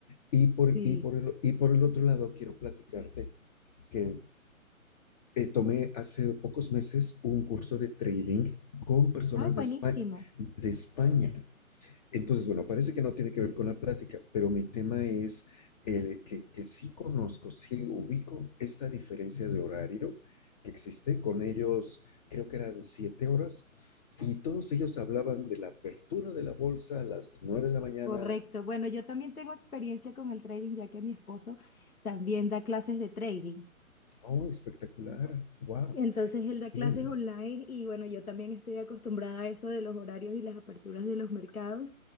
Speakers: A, on the left; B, on the left.
A: Y por,
B: sí.
A: y por el, y por el otro lado, quiero platicarte que eh, tomé hace pocos meses un curso de trading con personas
B: Ay, buenísimo.
A: de España, de España. Entonces, bueno, parece que no tiene que ver con la plática, pero mi tema es eh, que, que sí conozco, sí ubico esta diferencia de horario que existe. Con ellos creo que eran siete horas y todos ellos hablaban de la apertura de la bolsa a las nueve de la mañana.
B: Correcto. Bueno, yo también tengo experiencia con el trading, ya que mi esposo también da clases de trading.
A: Oh, espectacular. Wow.
B: Entonces, él
A: Sí.
B: da clases online y bueno, yo también estoy acostumbrada a eso de los horarios y las aperturas de los mercados.